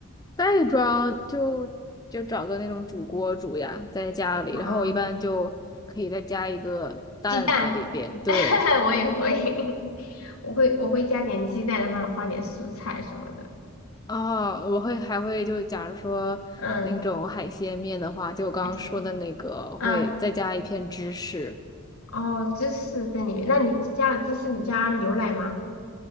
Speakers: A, on the left; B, on the left.
A: 袋装就就找个那种煮锅煮呀，在家里，
B: 啊、
A: 然后我一般就可以再加一个蛋在里边。
B: 鸡蛋，
A: 对。
B: <laughs> 我也会，<laughs> 我会我会加点鸡蛋，然后放点蔬菜什么的。
A: 啊，我会还会就假如说那种海鲜面的话，
B: 嗯，
A: 就我刚刚说的那个，
B: 还行。嗯，
A: 会再加一片芝士。
B: 哦，芝士在里面，那你加了芝士，你加牛奶吗？